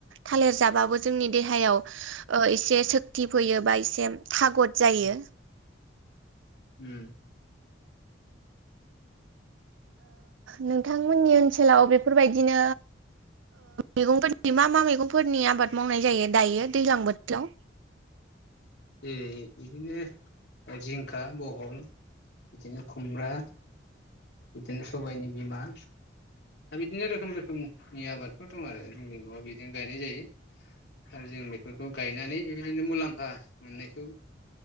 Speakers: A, on the right; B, on the left.
A: थालेर जाबाबो जोंनि देहायाव एसे सक्ति फैयो बा एसे थागद जायो
B: उम उम
A: नोंथांमोननि ओनसोलाव बेफोरबायदिनो मैगंफोरनि मा मा मैगंफोरनि आबाद मावनाय जायो दायो दैज्लां बोथोराव
B: जेरै बिदिनो जिंखा बहल बिदिनो खुमब्रा बिदिनो सबाइनि बिमा आरो बिदिनो रोखोम रोखोमनि आबादफोर दं आरो जोंनि न'वाव बिदिनो गायनाय जायो आरो जों बेफोरखौ गायनानै बेबायदिनो मुलाम्फा मोननायखौ